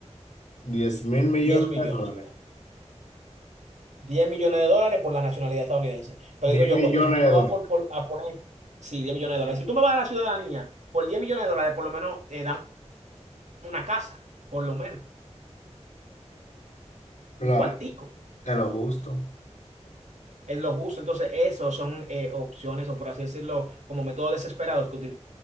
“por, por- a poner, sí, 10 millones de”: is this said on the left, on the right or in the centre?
Right